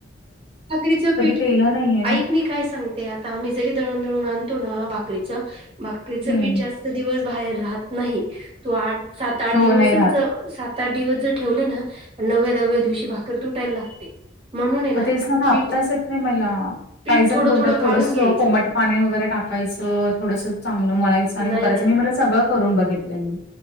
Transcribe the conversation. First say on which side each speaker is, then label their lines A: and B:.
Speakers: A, on the right; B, on the left.
A: ठकरेच पीठ
B: केलं नाहीये ना
A: ऐक म काय सांगते आता आम्ही जरी दळण दळून आण भाकरीच भाकरीचं
B: हं.
A: पीठ जास्त दिवस बाहेर राहत नाही तो आठ सात आठ
B: हो
A: दिवसच
B: नाही राहत.
A: सात त्या दिवस जर ठेवले ना नवव्या दव्या दिवशी भाकर तुटायला लागते म्हणून आहे
B: मग तेच ना थापताच
A: पीठ
B: येत नाही मला
A: पीठ
B: काही जण
A: थोडं
B: बोलतात
A: थोडं काढून
B: थोडस
A: घ्यायचं.
B: कोमट पाणी वगैरे टाकायचं थोडस चांगलं मळायचं आणि मग
A: नाही
B: करायचं
A: नाही
B: मी मला सगळं करून बघितलं मी